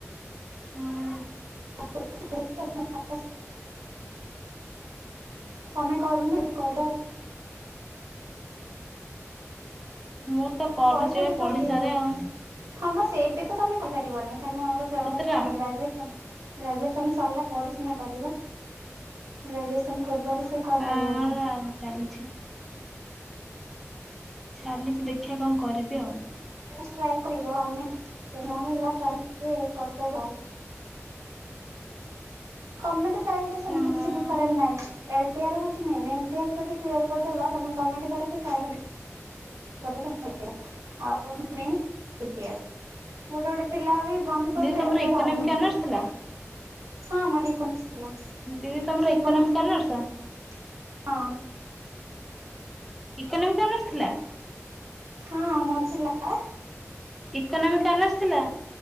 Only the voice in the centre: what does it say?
ହୁଁ।
ମୁଁ ତ କରୁଛି
ଏବେ
ପଢିସାରେ
ଆଉ
କେତେଟା?
ହଁ ଚାଲିଛି ଚାଲିଛି ଦେଖିବା କଣ କରିବି ଆଉ।
ହଁ
ହଁ
ଦିଦି
ତମର
ଇକୋନୋମିକ
ଅନର୍ସ ଥିଲା।
ଦିଦି ତମର
ଇକୋନୋମିକ
ଅନର୍ସ?
ଇକୋନୋମିକ ଅନର୍ସ ଥିଲା।
ଇକୋନୋମିକ ଅନର୍ସ ଥିଲା।